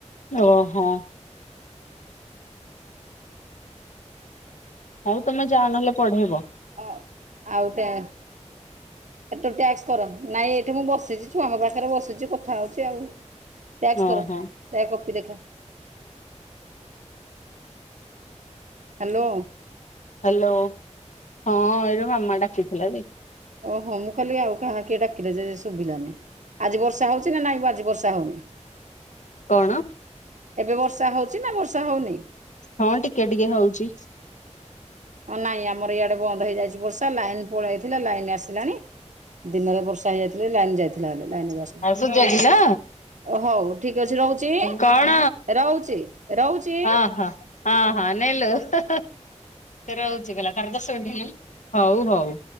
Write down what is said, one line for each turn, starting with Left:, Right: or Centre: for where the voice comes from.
Left: ଓହୋ। ହଉ ତମେ ଯାହା ନହେଲେ ପଢ଼େଇବ।
Right: ଅ ଆଉ ଟ୍ୟା ଆଉ ତୁ ଟ୍ୟାକ୍ସ କର ନାଇଁ ଏଇଠେ ମୁଁ ବସିଚି ଛୁଆଙ୍କ ପାଖେରେ ବସିଚି କଥା ହଉଚି ଆଉ। ଟ୍ୟାକ୍ସ
Left: ଓହୋ
Right: କର ତା କପି ଦେଖା? ହାଲୋ।
Left: ହାଲୋ ହଁ ଏଇ ଯୋଉ ମାମା ଡାକିଥିଲା ଯେ
Right: ଓହୋ ମୁଁ କହିଲି ଆଉ କାହା କିଏ ଡାକିଲା ଯେ ଶୁବିଲାନି। ଆଜି ବର୍ଷା ହଉଚି ନା ନାଇଁ ଆଜି ବର୍ଷା ହଉନି?
Left: କଣ?
Right: ଏବେ ବର୍ଷା ହଉଚି ନା ବର୍ଷା ହଉନି?
Left: ହଁ ଟିକେ ଟିକେ ହଉଚି।
Right: ହଁ ନାଇଁ ଆମର ଇଆଡ଼େ ବନ୍ଦ ହେଇଯାଇଚି ବର୍ଷା ଲାଇନ ପଳେଇଥିଲା ଲାଇନ ଆସିଲାଣି। ଦିନରେ ବର୍ଷା ହେଇଯାଇଥିଲେ ଲାଇନ୍ ଯାଇଥିଲା ଭାରି ଲାଇନ୍ ଏବେ ଆସିଲା।
Left: ଆଉ ସୁଜି ଆସିଲା
Right: ଅ ହଉ ଠିକ ଅଛି ରହୁଚି
Left: କଣ?
Right: ରହୁଚି ରହୁଚିଁ?
Left: ହଁ ହଁ ହଁ ହଁ ନେଲୋ ହ ହ ସେ ରହୁଚି କହିଲା ତାର ଦଶ ମିନଟି ହେଲାଣି ହଉ ହଉ।